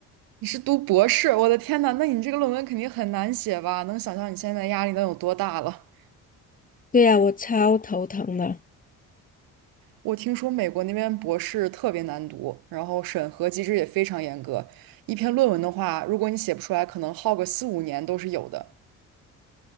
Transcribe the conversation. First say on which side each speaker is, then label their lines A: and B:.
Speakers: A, on the right (about 85°); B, on the left (about 25°).
A: 你是读博士？我的天呐，那你这个论文肯定很难写吧？能想象你现在的压力能有多大了？
B: <laughs> 对呀、我超头疼的。
A: 我听说美国那边博士特别难读，然后审核机制也非常严格。一篇论文的话，如果你写不出来，可能耗个四五年都是有的。